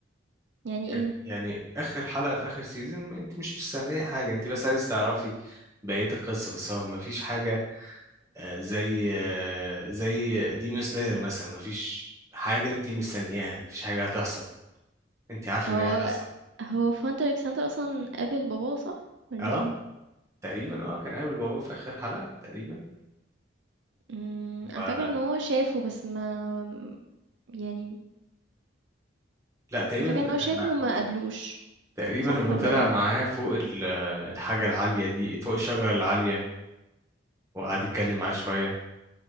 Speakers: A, on the right; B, on the right.
A: يعني
B: يعني
A: إيه؟
B: يعني آخر حلقة في آخر سيزون انت مش مستنية حاجة انت بس عايز تعرفي بقية القصة بس هو مفيش حاجة آه، زي آه، زي ديمون سلاير مثلا مفيش حاجة انت مستنياها مفيش حاجة هتحصل انت عارفة
A: هو
B: ان هي هتحصل
A: هو فانت ألكسندر أصلًا قابل باباه صح والّا
B: اه
A: إيه؟
B: تقريبا اه كان قابل باباه في اخر حلقة تقريبا
A: إمم، أنا
B: و...
A: فاكرة إن هو شافه بس ما يعني
B: لا تقريبا
A: أنا فاكرة إن هو شافه
B: لما
A: وما قابلوش
B: تقريبا
A: صح
B: لما
A: والّا
B: طلع
A: إيه؟
B: معاه فوق ال- آه، الحاجة العالية دي فوق الشجرة العالية وقعد يتكلم معاه شوية